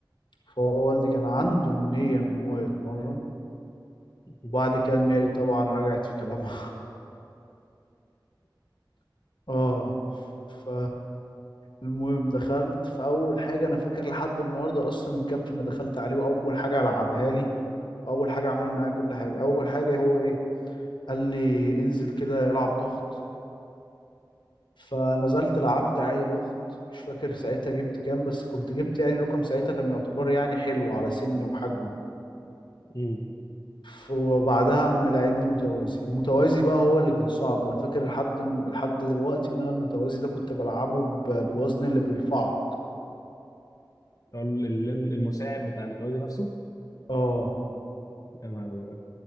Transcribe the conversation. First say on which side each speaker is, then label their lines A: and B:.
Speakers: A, on the left; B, on the left.
A: فهو والدي كان عنده النية ان هو يتمرن
B: <laughs>
A: وبعد كده النية دي طبعا رجعت في كلامها <laughs> اه ف المهم دخلت فاول حاجه انا فاكر لحد النهارده اصلا الكابتن اللي دخلت عليه واول حاجه لعبها لي واول حاجه عمل معايا كل حاجه اول حاجه هو ايه قال لي انزل كده العب ضغط فنزلت لعبت عادي ضغط مش فاكر ساعتها جبت كام بس كنت جبت يعني رقم ساعتها كان يعتبر يعني حلو على سني وحجمي
B: أمم.
A: ف- وبعدها قام لعبني متوازي المتوازي بقى هو اللي كان صعب انا فاكر لحد لحد دلوقتي ان انا المتوازي ده كنت بلعبه ب- بالوزن اللي بيرفعه
B: ال- ال- المساعد بتاع المتوازي نفسه
A: اه
B: يا نهار أزرق.